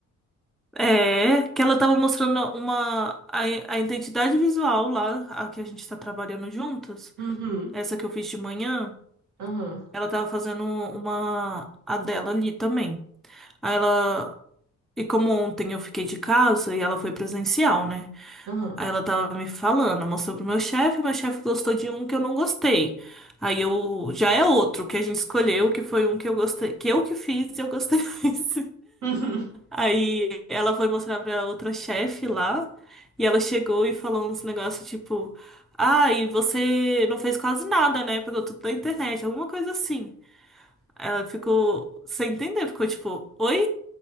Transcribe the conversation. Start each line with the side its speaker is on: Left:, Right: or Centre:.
Centre: É, que ela tava mostrando uma a, a identidade visual lá, a que a gente tá trabalhando juntas,
Right: Uhum.
Centre: essa que eu fiz de manhã,
Right: Aham.
Centre: ela tava fazendo uma a dela ali também. Aí ela e como ontem eu fiquei de casa e ela foi presencial, né?
Right: Aham.
Centre: Aí ela tava me falando, mostrou pro meu chefe, meu chefe gostou de um que eu não gostei. Aí eu já é outro que a gente escolheu, que foi um que eu gostei, que eu que fiz e eu gostei <laughs> mais.
Right: Uhum.
Centre: Aí ela foi mostrar pra outra chefe lá, e ela chegou e falou uns negócios tipo, ah, e você não fez quase nada, né? Pegou tudo da internet, alguma coisa assim. Ela ficou sem entender, ficou tipo, oi?